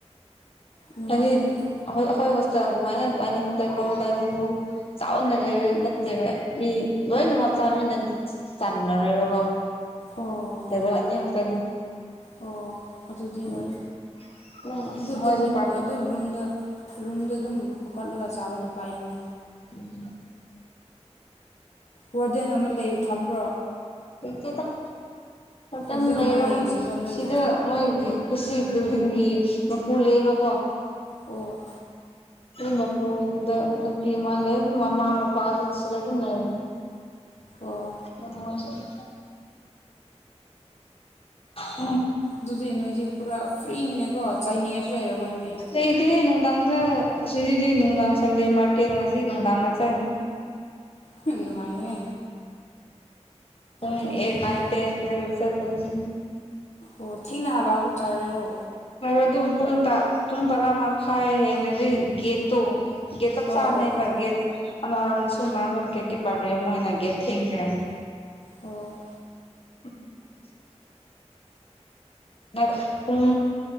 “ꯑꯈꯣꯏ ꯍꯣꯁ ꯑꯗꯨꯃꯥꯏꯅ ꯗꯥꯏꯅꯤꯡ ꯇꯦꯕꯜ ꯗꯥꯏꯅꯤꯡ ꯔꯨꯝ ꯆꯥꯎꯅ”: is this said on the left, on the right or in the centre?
Left